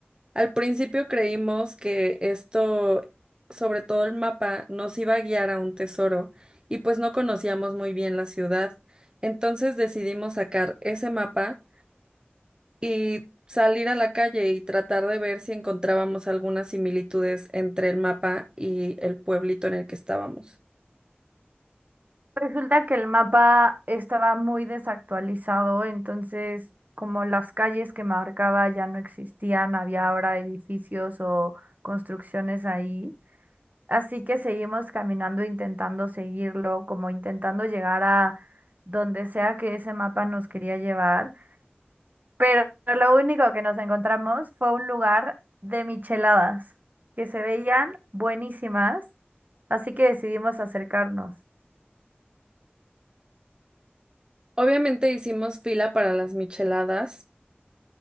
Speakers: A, on the right; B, on the right.
A: Al principio creímos que esto, sobre todo el mapa, nos iba a guiar a un tesoro, y pues no conocíamos muy bien la ciudad. Entonces decidimos sacar ese mapa y salir a la calle y tratar de ver si encontrábamos algunas similitudes entre el mapa y el pueblito en el que estábamos.
B: Resulta que el mapa estaba muy desactualizado, entonces como las calles que marcaba ya no existían, había ahora edificios o construcciones ahí. Así que seguimos caminando, intentando seguirlo, como intentando llegar a donde sea que ese mapa nos quería llevar. Pero lo único que nos encontramos fue un lugar de micheladas, que se veían buenísimas, así que decidimos acercarnos.
A: Obviamente hicimos fila para las micheladas